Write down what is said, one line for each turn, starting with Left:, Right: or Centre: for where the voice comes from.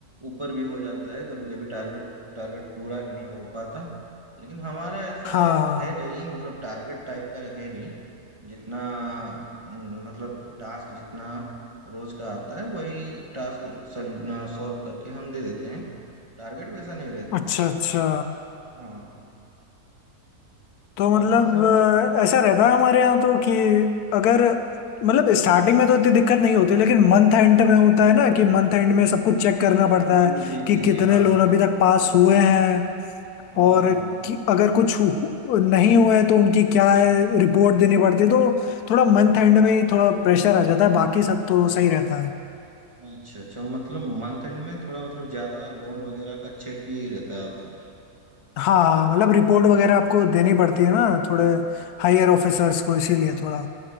Right: ऊपर भी हो जाता है कभी कभी टारगेट टारगेट पूरा भी नहीं हो पाता लेकिन हमारा ऐसा
Left: हाँ हाँ।
Right: है नहीं मतलब टारगेट टाइप का है नहीं जितना न, मतलब टास्क जितना रोज का आता है वही टास्क सॉल्व करके हम दे देते हैं टारगेट वैसा नहीं रहता
Left: अच्छा अच्छा
Right: हाँ
Left: तो
Right: बाकी
Left: मतलब
Right: सब
Left: अ, ऐसा रहता है हमारे यहाँ तो कि अगर मतलब स्टार्टिंग
Right: हाँ हाँ
Left: में तो इतनी दिक्कत नहीं होती लेकिन मंथ एंड में होता है ना कि मंथ एंड में सब कुछ चेक करना पड़ता
Right: जी
Left: है
Right: जी
Left: कि
Right: जी जी
Left: कितने
Right: हाँ
Left: लोन
Right: हाँ
Left: अभी तक पास हुए हैं
Right: हाँ
Left: और
Right: हाँ
Left: कि अगर कुछ हु- नहीं हुए हैं तो उनकी क्या है रिपोर्ट देनी पड़ती है तो थोड़ा मंथ एंड में ही थोड़ा प्रेशर आ जाता है बाकी सब तो सही रहता है
Right: अच्छा अच्छा मतलब मंथ एंड में थोड़ा मतलब ज्यादा लोन वगैरह का चेक भी रहता है आपका
Left: हाँ
Right: अच्छा
Left: हाँ, मतलब
Right: है
Left: रिपोर्ट वगैरह आपको देनी पड़ती है ना थोड़े हायर ऑफिसर्स को इसीलिए थोड़ा